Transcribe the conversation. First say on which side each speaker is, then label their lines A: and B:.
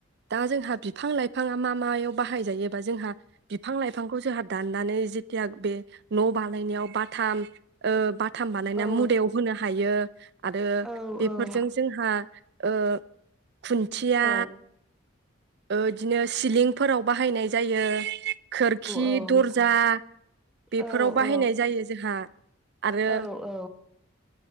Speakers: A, on the right (about 55°); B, in the centre.
A: दा जोंहा बिफां लाइफाङा मा-मायाव बाहायजायो बा जोंहा बिफां लाइफांखौ जोंहा दाननानै जेथिया बे न' बानायनायाव बाथाम ओ बाथाम बानायनाय
B: औ
A: मुदायाव होनो हायो आरो
B: औ
A: बेफोरजों
B: औ
A: जोंहा ओ खुन्थिया
B: औ
A: ओ इदिनो सिलिंफोराव बाहायनाय जायो। खोरखि
B: औ
A: दर्जा
B: नोंथां
A: बेफोराव
B: औ
A: बाहायनाय
B: औ
A: जायो जोंहा। आरो-आरो
B: औ